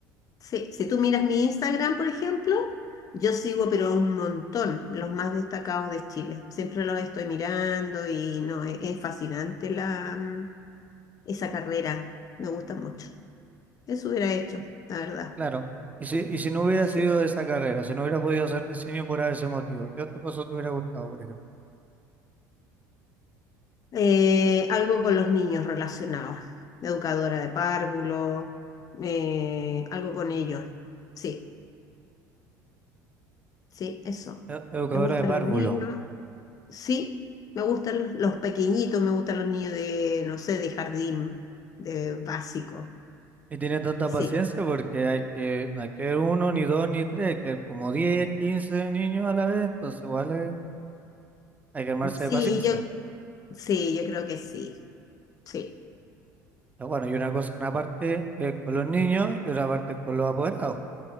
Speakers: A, on the left; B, on the right.
A: Sí, si tú miras mi Instagram, por ejemplo, yo sigo pero a un montón los más destacados de Chile. Siempre los estoy mirando y no, es, es fascinante la, mm, esa carrera. Me gusta mucho. Eso hubiera hecho, la verdad.
B: claro. Y si, y si no hubiera
A: Sí.
B: sido esa carrera, si no hubiera podido hacer diseño por ese motivo, ¿qué otra cosa te hubiera gustado, por ejemplo?
A: Eh, algo con los niños relacionados. Educadora de párvulos, eh, algo con ellos. Sí, sí, eso.
B: E- Educadora
A: Me gustan
B: de párvulo.
A: los niños. Sí, me gustan los, los pequeñitos, me gustan los niños de, no sé, de jardín, de básico.
B: Y tiene tanta
A: Sí,
B: paciencia porque hay que, no hay que ver uno, ni dos, ni tres, hay que ver como 10, 15 niños a la vez, entonces igual es- hay que armarse
A: sí,
B: de paciencia.
A: yo, sí, yo creo que sí. Sí,
B: Pero bueno, y una cosa, una parte es con los niños y otra parte es con los apoderados.